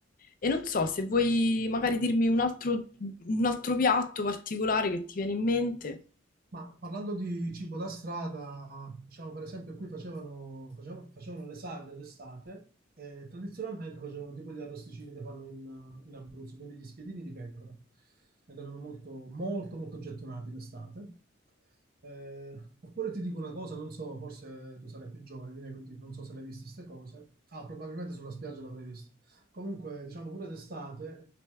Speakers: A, on the left; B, on the right.
A: e non so se vuoi magari dirmi un altro, un altro piatto particolare che ti viene in mente.
B: Ma parlando di cibo da strada, diciamo per esempio qui facevano, facevano, facevano le sagre d'estate e tradizionalmente facevano tipo gli arrosticini che fanno in, in Abruzzo, quindi gli spiedini di pecora, ed erano molto, molto, molto gettonati in estate. Eh, oppure ti dico una cosa, non so, forse tu sarai più giovane di me, quindi non so se l'hai viste queste cose. Ah, probabilmente sulla spiaggia l'avrai vista. Comunque, diciamo pure d'estate,